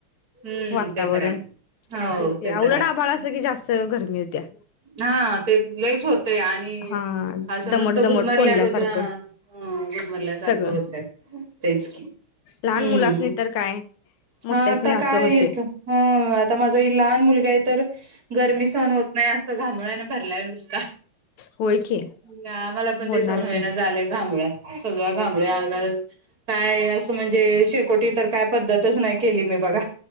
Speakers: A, on the right; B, on the left.
A: हम्म
B: वातावरण
A: ते तर आहे हो
B: तेच ते
A: तर
B: उलट
A: आहे
B: आभाळा असल कि जास्त गरमी होत्या.
A: हा ते लईच होत तय आणि
B: हा
A: असं
B: दमट
A: नुसत
B: दमट
A: गुदमरल्या
B: कोंडल्यासारखं
A: गत आ अं गुदमरल्यासारखं
B: सगळं
A: होतय तेच की
B: लहान
A: हुं
B: मुलासनी तर काय मोठ्यासनी
A: हा त
B: असं
A: काय
B: होते.
A: इथं हुं आता माझा ही लहान मुलगा आहे तर गर्मी स सहन होत नाय असं घामोळ्यांन भरलाय नुसता.
B: होय की
A: नाय आम्हाला पण
B: होणार
A: ते सहन होईना
B: की
A: झालंय घामोळ्या सगळ्या घामोळ्या अंगाला काय असं म्हणजे शेकोटी तर काय पद्धतच नाय केली मी बघा